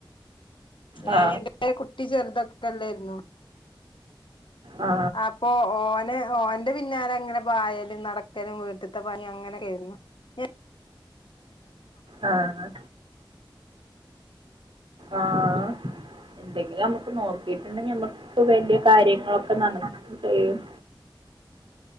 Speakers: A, on the left; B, on the right.
A: ഞാൻ
B: ആ
A: <inaudible> കുട്ടി ചെറുതൊക്കല്ലേരുന്നു
B: ആ
A: അപ്പൊ ഓന് ഓന്റെ പിന്നാലെ അങ്ങനെ പായലും നടക്കലും വീട്ട അ
B: ആഹ ആഹ എന്തെങ്കിലും നമുക്ക് നോക്കി പിെ ഞമ്മക്ക് വലിയ കാര്യങ്ങളൊക്കെ നടന്ന ചെയ്യും